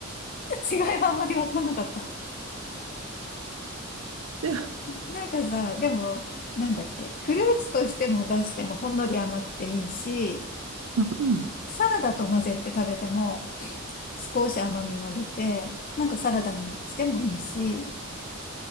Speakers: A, on the left (about 40°); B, on the right (about 80°).
A: 違いはあまりわかんなかった。
B: <laughs> で
A: なんかさ、でも、なんだっけ、フルーツとしても出してもほんのり甘くていいし、
B: うん。
A: サラダと混ぜて食べても少し甘みが出て、なんかサラダにしてもいいし、